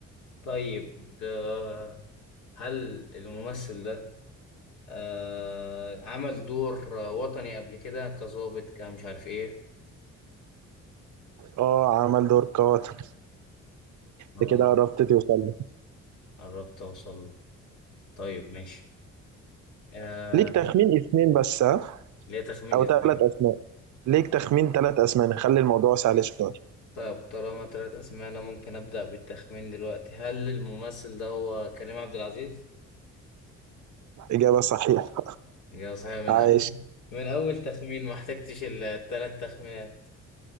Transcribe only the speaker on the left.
طيب آه، هل الممثل ده آه، عمل دور وطني قبل كده كظابط كمش عارف ايه
عمل-
قربت اوصل له طيب ماشي آه،
ليه تخمين
اسمه
طب طالما تلات أسماء أنا ممكن أبدأ بالتخمين دلوقتي هل الممثل ده هو كريم عبد العزيز؟
يا صحيح من
أول <laughs> من أول تخمين ما احتجتش التلات تخمينات